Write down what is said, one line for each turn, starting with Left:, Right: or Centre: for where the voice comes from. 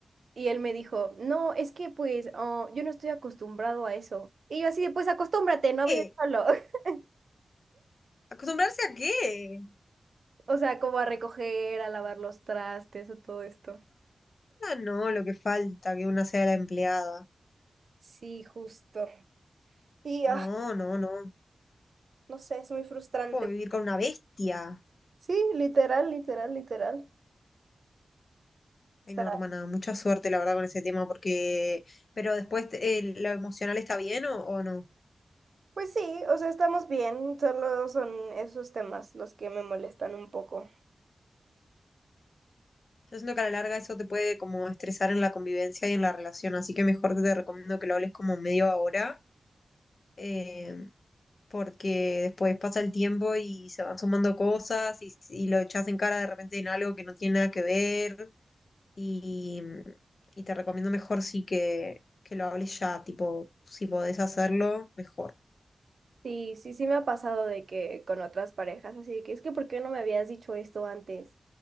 Right: Y él me dijo, no, es que pues oh, yo no estoy acostumbrado a eso. Y yo así de, pues acostúmbrate, no
Left: ¿qué?
Right: vives solo. <laughs>
Left: ¿Acostumbrarse a qué?
Right: O sea, como a recoger, a lavar los trastes, a todo esto.
Left: Ah, no, lo que falta, que una sea la empleada.
Right: Sí, justo. Y
Left: No,
Right: ah,
Left: no, no.
Right: no sé, es muy frustrante.
Left: Como vivir
Right: porque-
Left: con una bestia.
Right: Sí, literal, literal, literal. está
Left: Ay, no, hermana, mucha suerte, la verdad, con ese tema, porque... Pero después, eh, ¿lo emocional está bien o, o no?
Right: Pues sí, o sea, estamos bien, solo son esos temas los que me molestan un poco.
Left: Yo siento que a la larga eso te puede como estresar en la convivencia y en la relación, así que mejor te recomiendo que lo hables como medio ahora, eh, porque después pasa el tiempo y se van sumando cosas y, y lo echas en cara de repente en algo que no tiene nada que ver y, y te recomiendo mejor sí que, que lo hables ya, tipo, si podés hacerlo, mejor.
Right: Sí, sí, sí me ha pasado de que con otras parejas, así de que es que ¿por qué no me habías dicho esto antes?